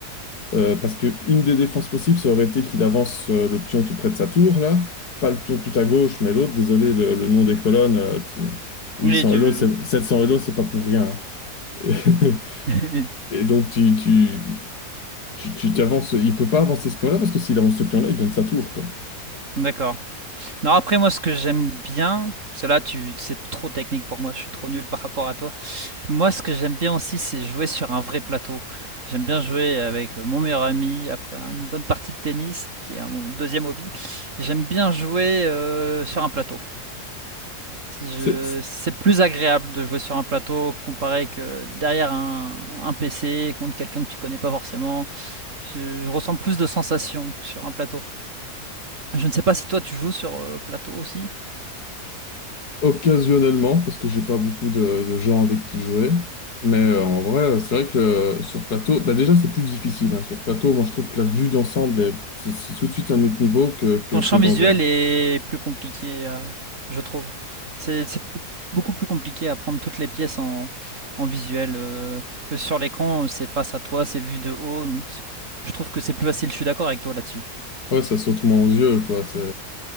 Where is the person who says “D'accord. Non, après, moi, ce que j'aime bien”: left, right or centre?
Right